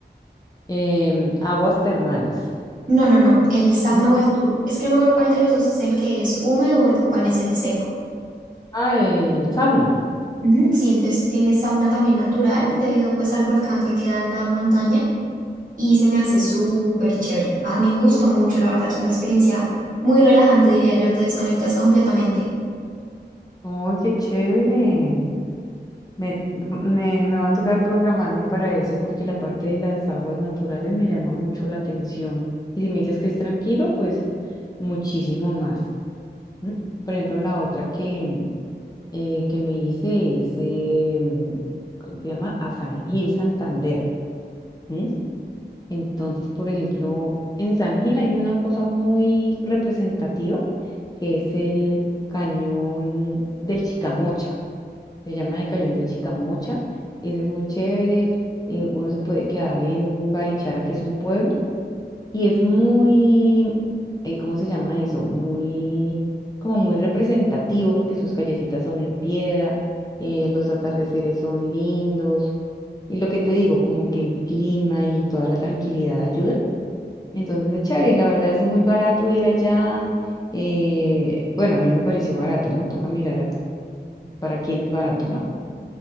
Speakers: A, on the left; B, on the right.
A: Em, aguas termales.
B: No, no, no, el sauna
A: ¿No?
B: o el turbo. Es que no me acuerdo cuál de los dos es el que es húmedo o el cuál es el seco.
A: Ah, el sauna.
B: Ujú, Sí, entonces tienen sauna también natural debido pues al volcán que queda en la montaña y se me hace súper chévere. A mí me gustó mucho, la verdad, es una experiencia muy relajante, diría yo, te desconectas completamente.
A: ¡Oye, qué chévere! Me, me, me va a tocar programarme para ese porque la parte de las aguas naturales me llama mucho la atención. Y si me dices que es tranquilo, pues muchísimo más. ¿m? Por ejemplo, la otra que, mm, eh, que me hice es, eh, mm, ¿cómo se llama? A San Gil, Santander. ¿m? Entonces, por ejemplo, en San Gil hay una cosa muy representativa que es el cañón de Chicamocha. Se llama el Cayón de Chicamocha. Ese es muy chévere. eh, uno se puede quedar en Barichara, que es un pueblo. Y es muy, eh, ¿cómo se llama eso? Muy, como muy representativo porque sus callecitas son en piedra, eh, los atardeceres son lindos. Y lo que te digo, como que el clima y toda la tranquilidad ayuda. Entonces es chévere y la verdad es muy barato ir allá. eh, bueno, a mí me pareció barato, ¿no? Toca mirar a- para quién es barato, ¿no?